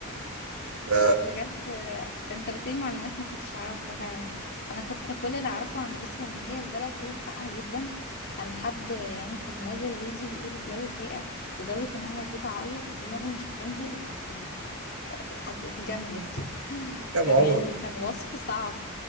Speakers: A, on the right; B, on the left.
A: ف...
B: بجد انت قلت لي معلومات ما كنتش اعرفها فعلا انا كنت كل اللي اعرفه عن روسيا ان هي البلد فيها ساقعه جدا كان حد يعني كان نازل فيديو بيقول الجو ساقع لدرجه ان انا لو جيت اعيط دموعي مش هتنزل عشان هت- هتجمد <laughs>
A: لا ما
B: كان
A: هو
B: يعني كان وصف صعب